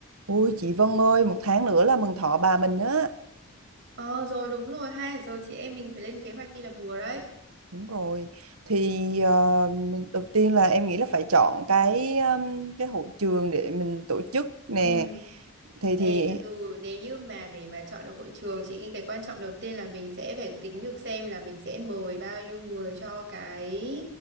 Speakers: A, on the right; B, on the right.
A: Ôi chị Vân ơi, một tháng nữa là mừng thọ bà mình á.
B: Ờ rồi đúng rồi ha Rồi chị em mình phải lên kế hoạch đi là vừa đấy
A: Đúng rồi. Thì ờ, đầu tiên là em nghĩ là phải chọn cái um, cái hội trường để mình tổ chức nè.
B: Ừ
A: Thì
B: Này
A: thì
B: từ từ nếu như mà để mà chọn được hội trường Chị nghĩ cái quan trọng đầu tiên là mình sẽ phải tính được xem là mình sẽ mời bao nhiêu người cho cái